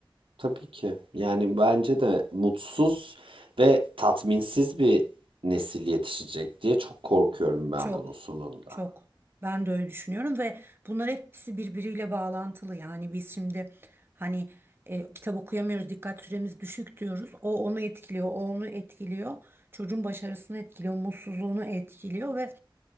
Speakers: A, on the right; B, on the right.
A: Tabii ki. Yani bence de mutsuz ve tatminsiz bir nesil yetişecek diye çok korkuyorum ben
B: Çok,
A: bunun sonunda.
B: çok. Ben de öyle düşünüyorum ve bunlar hepsi birbiriyle bağlantılı. Yani biz şimdi hani e, kitap okuyamıyoruz, dikkat süremiz düşük diyoruz. O onu etkiliyor, o onu etkiliyor. Çocuğun başarısını etkiliyor, mutsuzluğunu etkiliyor ve